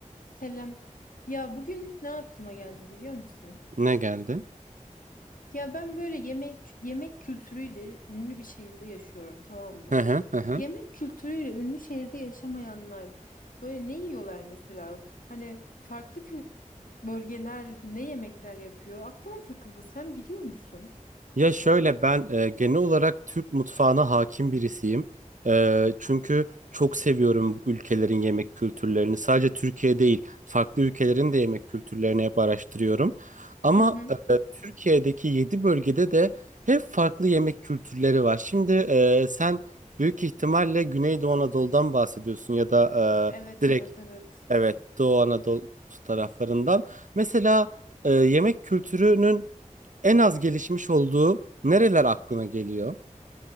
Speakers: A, on the left (about 85°); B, on the right (about 70°).
A: Selam. Ya bugün ne aklıma geldi biliyor musun?
B: Ne geldi?
A: Ya ben böyle yemek yemek kültürüyle ünlü bir şehirde yaşıyorum, tamam mı?
B: Hı hı hı. hı.
A: Yemek kültürüyle ünlü şehirde yaşamayanlar böyle ne yiyorlar mesela? Hani farklı kü- bölgeler ne yemekler yapıyor? Aklıma takıldı. Sen biliyor musun?
B: Ya şöyle ben e, genel olarak Türk mutfağına hakim birisiyim. E, çünkü çok seviyorum bu ülkelerin yemek kültürlerini. Sadece Türkiye değil, farklı ülkelerin de yemek kültürlerini hep araştırıyorum. Ama
A: Hı hı.
B: e, Türkiye'deki 7 bölgede de hep farklı yemek kültürleri var. Şimdi e, sen büyük ihtimalle Güneydoğu Anadolu'dan bahsediyorsun ya da
A: Evet,
B: e, direkt
A: evet, evet.
B: evet Doğu Anadolu taraflarından. Mesela e, yemek kültürünün en az gelişmiş olduğu nereler aklına geliyor?